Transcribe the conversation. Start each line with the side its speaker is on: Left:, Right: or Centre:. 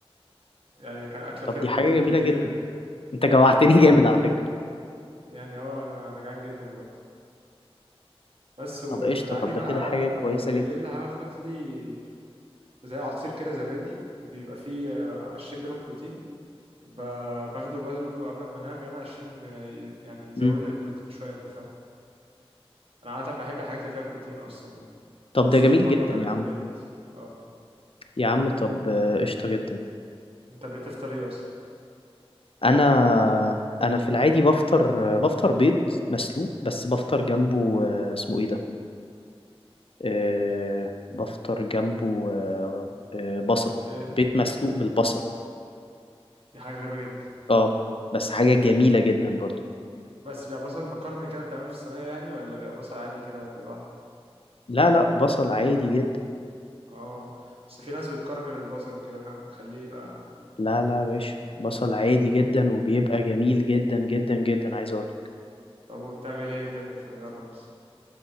Right: يعني كان اكله
Left: طب
Right: فيها
Left: دي
Right: بروتين
Left: حاجة جميلة
Right: كتير
Left: جدا انت
Right: اه
Left: جوعتني
Right: كان اكله
Left: <laughs> جامد
Right: فيها بروتين
Left: على فكرة
Right: يعني اه انا انا جعان جدا برضه بس وفي
Left: طب قشطة
Right: العادي
Left: طب ده
Right: بقى
Left: كده حاجة كويسة
Right: بالليل
Left: جدا
Right: هاخد لي زي عصير كده زبادي بيبقى فيه 20 جرام بروتين ب- باخده برضه قبل ما انام يعني عشان آه، ي- يعني يزود
Left: مم.
Right: لي البروتين شويه انت فاهم انا عاده بحب الحاجات اللي فيها بروتين اصلا يعني
Left: طب
Right: والصبح
Left: ده جميل
Right: برضه
Left: جدا
Right: اكلت
Left: يا عم
Right: بيض اه
Left: يا عم طب آه، قشطة جدا
Right: انت بتفطر ايه اصلا
Left: انا انا في العادي بفطر آه، بفطر بيض مسلوق بس بفطر جنبه آه، اسمه ايه ده آه، بفطر جنبه آه، آه، بصل
Right: ايه
Left: بيض مسلوق بالبصل
Right: دي حاجه غريبه جدا
Left: اه بس حاجة جميلة جدا برضو
Right: بس بيبقى بصل مكرمل كده بتعمله في الصينيه يعني ولا بيبقى بصل عادي كده لوحده
Left: لا لا بصل عادي جدا
Right: اه بس في ناس بتكرمل البصل كده فاهم بتخليه يبقى
Left: لا لا يا باشا بصل عادي جدا وبيبقى جميل جدا جدا جدا عايز اقول
Right: طب وبتعمل ايه تاني في الغدا مثلا